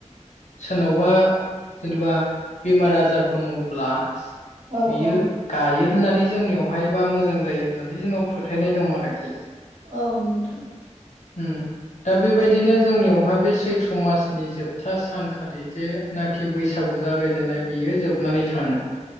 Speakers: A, on the left (about 70°); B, on the right (about 75°).
A: सोरनावबा जेनेबा बेमार आजार दङ'ब्ला
B: औ
A: बियो
B: औ
A: गायो होननानै जोंनियावहाय बा मोजां जायो होननानै जोंनाव फोथायनाय दं आरोखि।
B: औ नोंथां
A: उम दा बेबायदिनो जोंनियावहाय बे सैथ्र मासनि जोबथा सानखालि जेनाखि बैसागु जागायजेननाय बियो जोबनानै थाङो।